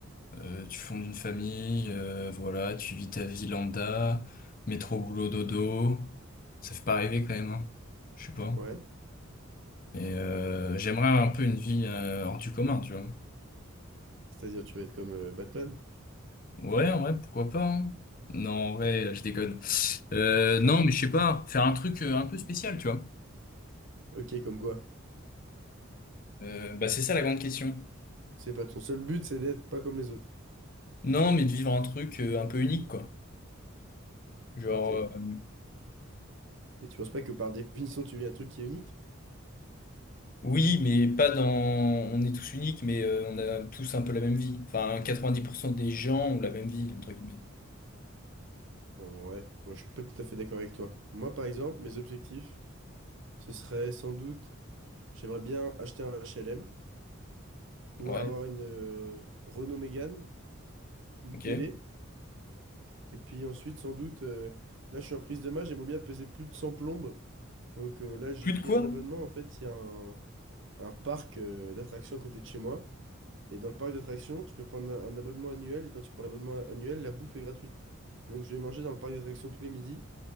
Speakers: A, on the left; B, on the right.
A: euh, tu fondes une famille, euh, voilà, tu vis ta vie lambda, métro, boulot, dodo. Ça fait pas rêver quand même, hein. Je sais pas.
B: Ouais?
A: Et euh, j'aimerais un peu une vie euh, hors du commun, tu vois.
B: C'est-à-dire tu vas être comme euh, Batman?
A: Ouais, ouais, pourquoi pas. hein. Non, en vrai, je déconne. Euh,
B: <laughs>
A: non, mais je sais pas, faire un truc euh, un peu spécial, tu vois.
B: Ok, comme quoi?
A: Euh, bah c'est ça la grande question.
B: C'est pas ton seul but, c'est d'être pas comme les autres.
A: Non, mais de vivre un truc euh, un peu unique, quoi. Genre,
B: Ok.
A: euh,
B: Et tu penses pas que par définition, tu vis un truc qui est unique?
A: oui, mais pas dans... On est tous uniques, mais euh, on a tous un peu la même vie. Enfin, 90% des gens ont la même vie, entre guillemets.
B: Ouais, moi je suis pas tout à fait d'accord avec toi. Moi par exemple, mes objectifs, ce serait sans doute, j'aimerais bien acheter un HLM, pouvoir
A: Ouais,
B: avoir une euh, Renault Mégane, une
A: ok.
B: télé, et puis ensuite sans doute, euh, là je suis en prise de main, j'aimerais bien peser plus de 100 plombes. Donc euh, là j'ai
A: Plus
B: pris
A: de quoi?
B: un abonnement, en fait il y a un, un parc euh, d'attractions à côté de chez moi. Et dans le parc d'attractions, tu peux prendre un, un abonnement annuel, et quand tu prends l'abonnement annuel, la bouffe est gratuite. Et donc je vais manger dans le parc d'attractions tous les midis.